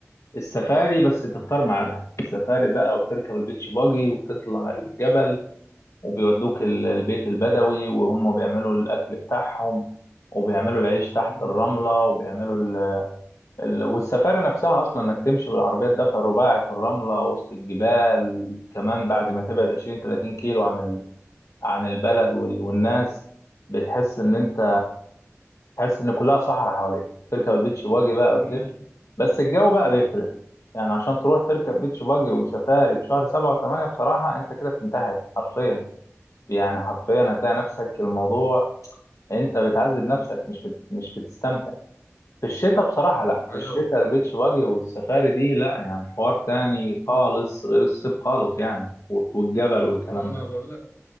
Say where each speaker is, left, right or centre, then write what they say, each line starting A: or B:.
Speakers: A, on the left; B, on the left.
A: السفاري بس تختار ميعادها السفاري بقى وبتركب البيتش باجي وبتطلع الجبل وبيودوك ال- البيت البدوي وهم بيعملوا الاكل بتاعهم وبيعملوا العيش تحت
B: مم.
A: الرملة وبيعملوا ال- والسفاري نفسها اصلا انك تمشي بالعربيه الدفع الرباعي في الرمله وسط الجبال كمان بعد ما تبعد 20 30 كيلو عن ال... عن البلد وال... والناس بتحس ان انت تحس ان كلها صحراء حواليك تركب البيتش باجي بقى
B: مم.
A: وتلف بس الجو بقى بيفرق يعني عشان تروح تركب بيتش باجي وسفاري في شهر سبعة وثمانية بصراحة انت كده بتنتحر حرفيا يعني حرفيا هتلاقي نفسك الموضوع انت بتعذب نفسك مش بت... مش بتستمتع في الشتاء بصراحة لا
B: ايوه
A: في الشتاء البيتش باجي والسفاري دي لا يعني حوار تاني خالص غير الصيف خالص يعني والجبل والكلام
B: اه ما انا
A: ده
B: بقول لك